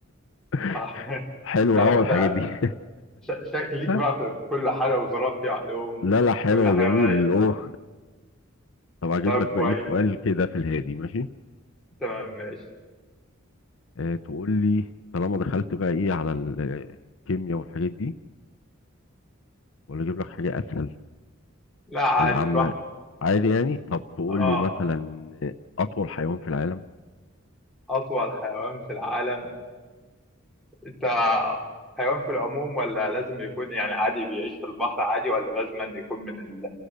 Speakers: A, on the left (about 65°); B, in the centre.
A: <laughs>
B: آه <laughs>
A: حلوة
B: لا
A: اهو
B: انت
A: الحاجات دي
B: ش- شكلك
A: <laughs>
B: بقى في كل حاجة جغرافيا علوم
A: لا لا حلوة
B: كل حاجة
A: جميل
B: دايس
A: الاو طب اجيب
B: طب
A: لك
B: كويس
A: بقى ايه سؤال كده في الهادي ماشي
B: تمام ماشي
A: آه تقول لي طالما دخلت بقى ايه على ال- الكيمياء والحاجات دي ولا اجيب لك حاجه اسهل
B: لا عادي
A: العامه
B: براحتك
A: عادي يعني طب تقول
B: اه
A: لي مثلا اطول حيوان في العالم
B: أطول حيوان في العالم انت حيوان في العموم ولا لازم يكون يعني عادي بيعيش في البحر عادي ولا لازم أن يكون من ال...